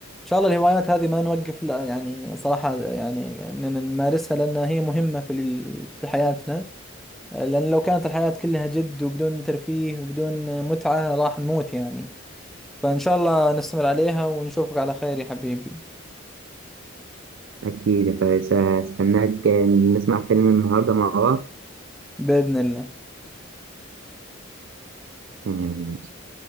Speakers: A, in the centre; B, on the right.
A: شاء الله الهوايات هذه ما نوقف لا يعني صراحة يعني إننا نمارسها لأنها هي مهمة في ال- في حياتنا لأن لو كانت الحياة كلها جد وبدون ترفيه وبدون متعة راح نموت يعني فإن شاء الله نستمر عليها ونشوفك على خير يا حبيبي
B: أكيد فاستناك نسمع فيلم النهاردة مع
A: بإذن الله
B: بعض